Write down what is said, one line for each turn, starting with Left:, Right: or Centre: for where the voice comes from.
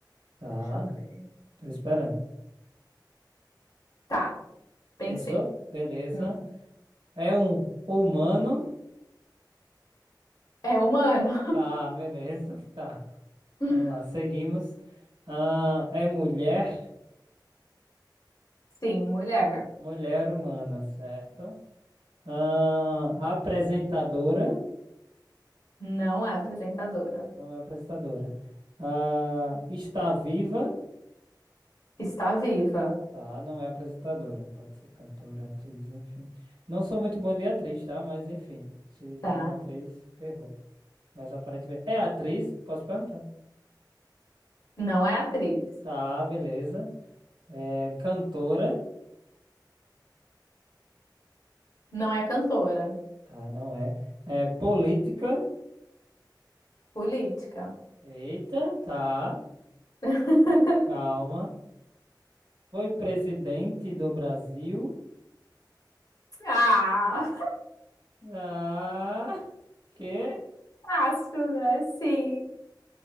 Right: Tá,
Left: deixa eu ver.
Right: tô esperando.
Left: Tá, pensei.
Right: Pensou? Beleza.
Left: Uhum.
Right: É um humano.
Left: É humano.
Right: Tá, beleza. <laughs> Tá.
Left: <laughs>
Right: Vamos lá, seguimos. Ah, é mulher.
Left: Sim, mulher.
Right: Mulher humana, certo? Ah, apresentadora.
Left: Não é apresentadora.
Right: Não é apresentadora. Ah, está viva.
Left: Está viva.
Right: Tá, não é apresentadora. Pode ser cantora, atriz, enfim. Não sou muito bom de atriz, tá? Mas enfim. Se for
Left: Tá.
Right: uma atriz, ferrou. Mas aparentemente. É atriz? Posso perguntar, né?
Left: Não é atriz.
Right: Tá, beleza. É cantora.
Left: Não é cantora.
Right: Tá, não é. É política.
Left: Política.
Right: Eita, tá.
Left: <laughs>
Right: Calma. Foi presidente do Brasil.
Left: Ah!
Right: Ah, quê?
Left: Fácil, né? Sim.